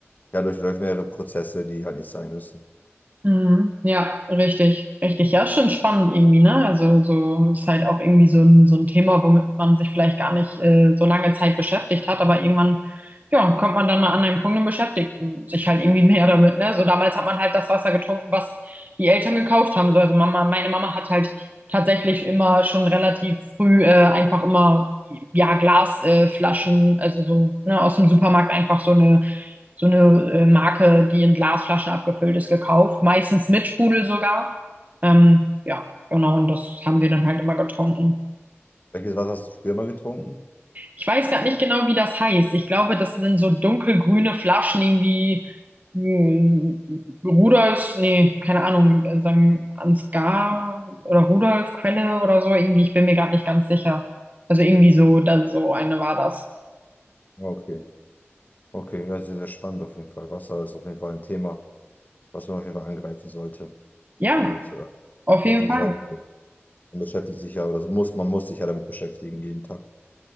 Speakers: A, on the left (about 40°); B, on the right (about 35°).
A: ja, durchläuft mehrere Prozesse, die halt nicht sein müssen.
B: Mhm. Ja, richtig. Richtig, ja, ist schon spannend irgendwie, ne? Also so ist halt auch irgendwie so ein, so ein Thema, womit man sich vielleicht gar nicht äh, so lange Zeit beschäftigt hat, aber irgendwann, ja, kommt man dann mal an einen Punkt und beschäftigt sich halt irgendwie mehr damit, ne? So damals hat man halt das Wasser getrunken, was die Eltern gekauft haben. So, also Mama, meine Mama hat halt tatsächlich immer schon relativ früh äh, einfach immer ja Glasflaschen, äh, Flaschen, also so ne, aus dem Supermarkt einfach so eine so eine äh, Marke, die in Glasflaschen abgefüllt ist, gekauft. Meistens mit Sprudel sogar. Ähm, ja, genau. Und das haben wir dann halt immer getrunken.
A: Welches Wasser hast du früher mal getrunken?
B: Ich weiß gar nicht genau, wie das heißt. Ich glaube, das sind so dunkelgrüne Flaschen irgendwie. hm, Rudolfs, nee, keine Ahnung, äh, sagen Ansgar oder Rudolf Quelle oder so, irgendwie, ich bin mir gerade nicht ganz sicher. Also irgendwie so, da, so eine war das.
A: Ah, Okay, okay, ja, sehr, sehr spannend auf jeden Fall. Wasser ist auf jeden Fall ein Thema, was man auf jeden Fall angreifen sollte
B: Ja,
A: und äh,
B: auf
A: beschäftigen
B: jeden Fall.
A: sollte. Man beschäftigt sich ja, oder so muss, man muss sich ja damit beschäftigen jeden Tag.